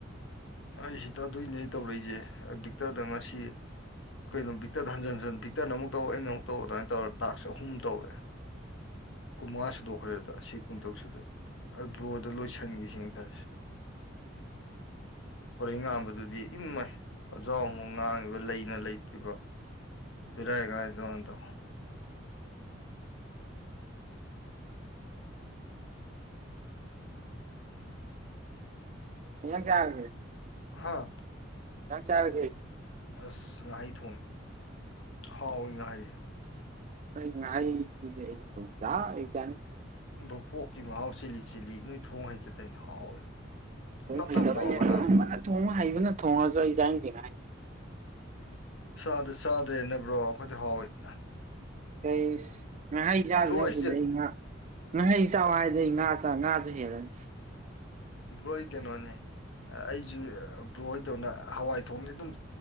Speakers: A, on the left; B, on the right.
A: ꯑꯩꯁꯤ ꯑꯗꯨꯏꯅꯦ ꯇꯧꯔꯛꯏꯁꯦ ꯑꯩ ꯕꯤꯛꯇꯔꯗ ꯉꯁꯤ ꯀꯩꯅꯣ ꯕꯤꯛꯇꯗ ꯍꯟ ꯕꯤꯛꯇꯔꯅ ꯑꯃꯨ ꯇꯧ ꯑꯩꯅ ꯑꯃꯨꯛ ꯇꯧ ꯑꯗꯨꯃꯥꯏꯅ ꯇꯧꯔ ꯇꯥꯛꯁ ꯑꯍꯨꯝ ꯇꯧꯔꯦ ꯀꯨꯟꯃꯉꯥ ꯁꯨꯗꯣꯛꯈ꯭ꯔꯦꯗ ꯁꯤ ꯀꯨꯟꯇ꯭ꯔꯛ ꯁꯨꯗꯣꯅꯦ ꯑꯩ ꯕ꯭ꯔꯣꯗ ꯂꯣꯏꯁꯟꯈꯤꯁꯤꯅ ꯈꯔꯁꯦ <inaudible> ꯄꯣꯔꯩꯉꯥꯡꯝꯕꯗꯨꯗꯤ ꯏꯃꯥꯏ ꯋ꯭ꯖꯥꯑꯣꯅꯥ ꯉꯥꯡꯉꯤꯕ ꯂꯩꯅ ꯂꯩꯇ꯭ꯔꯤꯕ ꯕꯦꯔꯒꯤ ꯑꯉꯥꯡ ꯅꯦ ꯑꯗꯨꯏ ꯑꯉꯥꯡ ꯗꯣ
B: ꯀꯩ ꯏꯟꯖꯥꯡ ꯆꯥꯔꯒꯦ
A: ꯍꯥꯥ
B: ꯀꯩ ꯑꯦꯟꯁꯡ ꯆꯔꯒꯦ
A: ꯑꯁ ꯉꯍꯩ ꯊꯣꯡꯉꯦ ꯍꯥꯎꯏꯤ ꯉꯍꯩꯁꯦ
B: ꯑꯩ ꯉꯍꯩꯖꯤꯗꯤ ꯑꯩ ꯁꯨꯡꯆ ꯍꯦꯛ ꯆꯅꯤꯡ
A: ꯭ꯔꯣ ꯄꯣꯛꯀꯤ ꯃꯍꯥꯎ ꯆꯤꯜꯂꯤ ꯆꯤꯜꯂꯤ ꯅꯣꯏ ꯊꯣꯡ ꯍꯩꯇ ꯇ ꯑꯩꯅ ꯍꯥꯎꯋꯦ
B: ꯊꯣꯡ
A: ꯅꯞ
B: ꯍꯩꯕꯅꯦ
A: ꯅꯞ ꯂꯥꯎꯔꯒ
B: ꯊꯣꯡꯕꯅ
A: ꯅꯥꯕ
B: ꯊꯣꯡꯕ ꯍꯩꯕꯅ ꯊꯣꯡꯉꯁꯨ ꯑꯩꯁꯦ ꯍꯥꯏꯅ ꯀꯩꯅꯣ ꯍꯥꯏꯦ
A: ꯆꯗꯔꯥ ꯆꯗꯔ꯭ꯦꯗꯟ ꯕ꯭ꯔꯣ ꯑꯩꯈꯣꯏꯗꯤ ꯍꯥꯎꯏꯤ
B: ꯑꯥꯁ ꯉꯍꯩ ꯆꯥꯗꯧ
A: ꯕ꯭ꯔꯣ
B: ꯁꯔꯨꯄꯨꯗꯤ
A: ꯑꯩꯁꯦ
B: ꯑꯩ ꯉꯥ ꯉꯥꯍꯩ ꯆꯥꯎ ꯍꯥꯏꯗꯤ ꯑꯩ ꯉꯥ ꯉꯥꯁꯨ ꯍꯦꯜꯂꯅꯤ
A: ꯎꯝ ꯕ꯭ꯔꯣ ꯑꯩ ꯀꯩꯅꯣꯅꯦ ꯑꯩꯁꯨ ꯕ꯭ꯔꯣꯍꯣꯏꯗꯧꯅ ꯍꯋꯥꯏ ꯊꯣꯡꯗꯤ ꯑꯗꯨꯝ